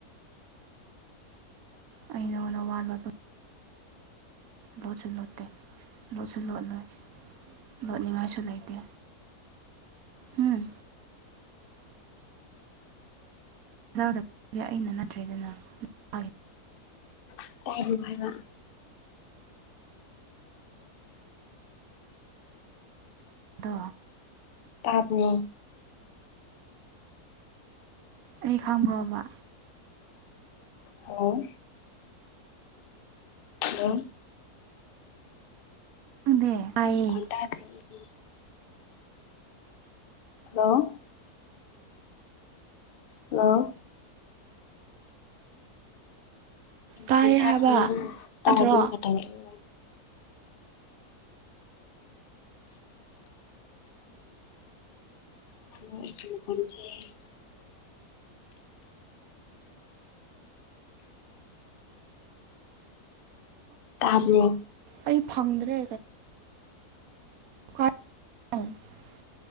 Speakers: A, on the right; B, on the left.
A: ꯑꯩ ꯅꯉꯣꯟꯗ ꯋꯥ ꯂꯣꯠ ꯂꯣꯠꯁꯨ ꯂꯣꯠꯇꯦ ꯂꯣꯠꯁꯨ ꯂꯣꯠꯂꯣꯏ ꯂꯣꯠꯅꯤꯡꯉꯥꯏꯁꯨ ꯂꯩꯇꯦ꯫ ꯎꯝ <unintelligible> ꯑꯩꯅ ꯅꯠꯇ꯭ꯔꯦꯗꯅ꯫ ꯃꯥꯒꯤꯗꯣ
B: <unintelligible>
A: ꯗꯣ
B: ꯇꯥꯕ꯭ꯔꯣ꯫
A: ꯑꯩ ꯈꯪꯕ꯭ꯔꯣ ꯃꯥ?
B: ꯑꯣ꯫ ꯍꯂꯣ꯫
A: ꯑꯪꯗꯦ ꯇꯥꯢꯌꯦ꯫
B: ꯈꯣꯟ ꯇꯥꯗ꯭ꯔꯦ ꯑꯩꯗꯤ ꯍꯜꯂꯣ꯫ ꯍꯜꯂꯣ꯫
A: ꯇꯥꯏꯌꯦ
B: <unintelligible>
A: ꯍꯥꯏꯕ ꯌꯥꯗ꯭ꯔꯣ
B: <unintelligible> ꯇꯥꯕ꯭ꯔꯣ
A: ꯑꯩ ꯐꯪꯗ꯭ꯔꯦ <unintelligible>